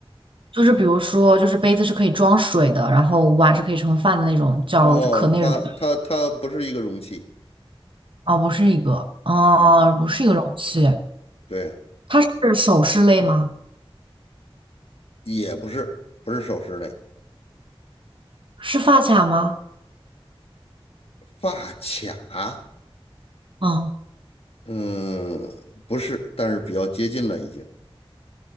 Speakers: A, on the right; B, on the left.
A: 就是比如说，就是杯子是可以装水的，然后碗是可以盛饭的那种，叫就可内容的。
B: 哦，它它它不是一个容器，
A: 哦，不是一个，哦，
B: 嗯，
A: 不是一个容器。
B: 对，
A: 它是首饰类吗？
B: 也不是，不是首饰类，
A: 是发卡吗？
B: 发卡，
A: 嗯，
B: 嗯，不是，但是比较接近了已经，